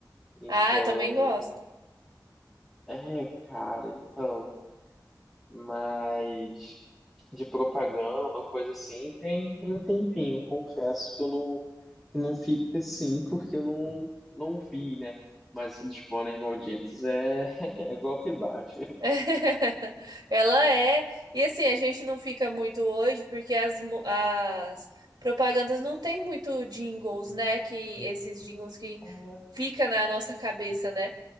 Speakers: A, in the centre; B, on the right.
A: Então,
B: Ah, eu também gosto.
A: é, cara, então, mas de propaganda ou coisa assim, tem, tem um tempinho, confesso que eu não, que não fica assim, porque eu não, não vi, né? Mas isso dos pôneis malditos é, <laughs> é golpe baixo.
B: <laughs> Ela é. E assim, a gente não fica muito hoje porque as, mu- as propagandas não tem muito jingles, né? Que esses jingles que
A: É,
B: fica na nossa cabeça, né?